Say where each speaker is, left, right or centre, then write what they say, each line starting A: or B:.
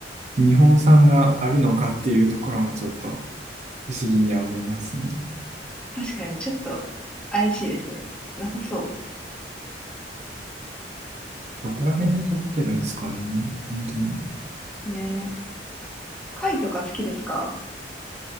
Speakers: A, on the right; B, in the centre.
A: 日本産があるのかっていうところもちょっと不思議には思いますね。
B: 確かにちょっと怪しいですね。なさそ
A: どこら辺で撮ってるんですかね。本当に。
B: う。ね。貝とか好きですか